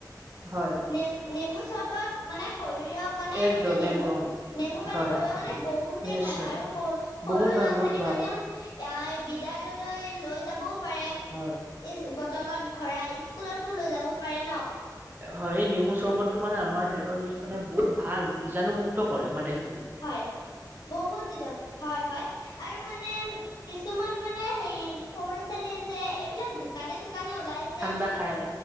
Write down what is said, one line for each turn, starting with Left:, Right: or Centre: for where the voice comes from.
Right: হয়
Left: নে নেমু চৰ্বত মানে শৰীৰৰ কাৰণে
Right: একদম
Left: মানে নেমু
Right: একদম
Left: নেমু পানী
Right: হয়
Left: শৰীৰৰ কাৰণে বহুতে
Right: নিশ্চয়
Left: ভাল আৰু সৰু সৰু
Right: বহুত
Left: ল'ৰা
Right: ভাল বহুত
Left: ছোৱালী
Right: ভাল
Left: কাৰণেও বিদ্যালয়লৈ লৈ যাবও পাৰে
Right: হয়
Left: তলত ভৰাই স্কুলতো লৈ যাব পাৰে ন
Right: হয় এই নেমু চৰ্বতটো মানে আমাৰ দেহৰ মানে বহুত ভাল বীজাণু মুুক্ত কৰে আমাৰ দেহত
Left: হয় বহুত বীজাণু হয় হয় আৰু মানে কিছুমান মানে হেৰি সৰু ল'ৰা ছোৱালী যে এইবিলাক দোকানে হেকাণে ওলাইছে
Right: ঠাণ্ডা খায়